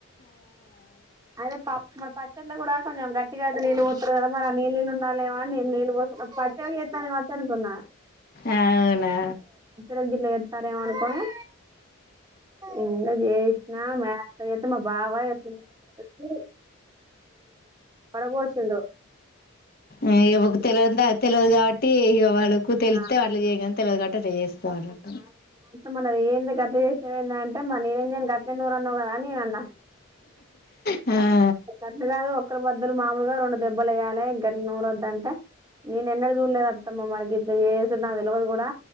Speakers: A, on the right (about 20°); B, on the left (about 45°).
A: అదే ప మన పచ్చడ్ల కూడా కొంచెం గట్టిగా అయితే నీళ్ళు పోతర్రు గదా మరి ఆ నీళ్ నీళ్ ఉండాలేమౌ అని నేను నీళ్ళు పోస్ పచ్చడి చేత్తన కావచ్చనుకున్నా.
B: అవునా
A: దగ్గరలోస్తారేమనుకోని ఇంగ జేషినా <inaudible> బావా ఈడకి వచ్చి పడబోషిండు
B: ఆ ఈమకు తెలవందా తెలవద్ కాట్ తీయ్యౌ వాళ్ళకు తెలుతే
A: ఆ
B: అట్ల చేయంగంతే గదా చేస్తా అనట్
A: మన్నది ఏంది కద్ద చేసినావ ఏందా అంటే మ నిరంజన్ కట్టనూరన్నవు గదా అని నేనన్నా
B: ఆ
A: అంత కాదు ఒక్కరు బద్దలు మాములుగా రెండు దెబ్బలెయ్యాలే ఇ గట్ల నూరొద్దంటే, నేను ఎన్నడు చూడ్లేదు అత్తమ్మా మరిగిట్ల జేసుడు నాకు తెలవదు గూడా.